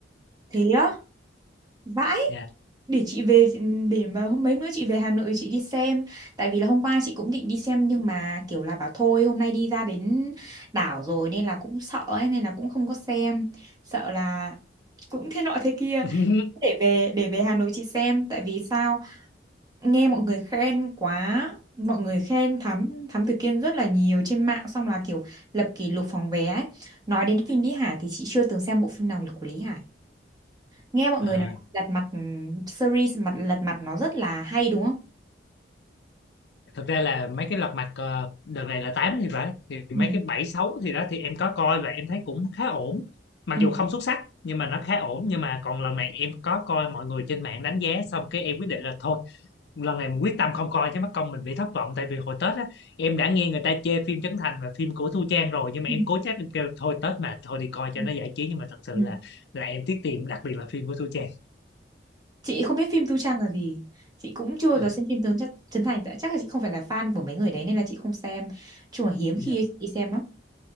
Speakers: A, on the right; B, on the left.
A: thế á? Vãi,
B: dạ
A: để chị về để mà hôm mấy nữa chị về Hà Nội chị đi xem. Tại vì là hôm qua chị cũng định đi xem nhưng mà kiểu là bảo thôi hôm nay đi ra đến đảo rồi nên là cũng sợ ấy nên là cũng không có xem. Sợ là cũng thế nọ thế kia.
B: <laughs>
A: Để về để về Hà Nội chị xem tại vì sao nghe mọi người khen quá. Mọi người khen Thám Thám Tử Kiên rất là nhiều trên mạng xong là kiểu lập kỷ lục phòng vé ấy. Nói đến phim Lý Hải thì chị chưa từng xem bộ phim nào của Lý Hải. Nghe mọi người
B: à.
A: nói lật mặt ừ, series mặt lật mặt nó rất là hay đúng không?
B: thực ra là mấy cái lật mặt ờ, đợt này là 8 thì phải thì mấy
A: Ừ.
B: cái 7 6 thì đó thì em có coi và em thấy cũng khá ổn mặc
A: Ừ.
B: dù không xuất sắc nhưng mà nó khá ổn nhưng mà còn lần này em có coi mọi người trên mạng đánh giá xong cái em quyết định là thôi lần này mình quyết tâm không coi chứ mất công mình bị thất vọng tại vì hồi Tết á em đã nghe người ta chê phim Trấn Thành và phim của Thu Trang rồi nhưng mà
A: Ừ.
B: em cố chấp em kêu thôi Tết mà thôi đi coi cho
A: Ừ.
B: nó giải trí nhưng mà thật sự
A: ừ.
B: là là em tiếc tiền đặc biệt là phim của Thu Trang
A: Chị không biết phim Tu Trang là gì. Chị cũng chưa
B: à,
A: giờ xem phim Tướng chắc Trấn Thành tại chắc là chị không phải là fan của mấy người đấy nên là chị không xem. Chung là hiếm
B: yeah,
A: khi chị đi xem lắm.